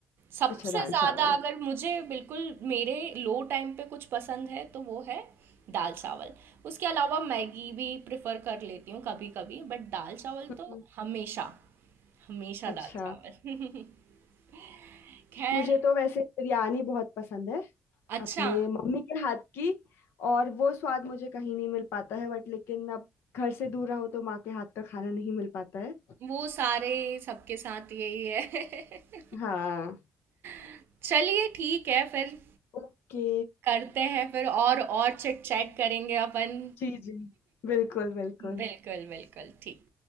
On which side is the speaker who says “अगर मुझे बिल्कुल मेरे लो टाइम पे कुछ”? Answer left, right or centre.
Right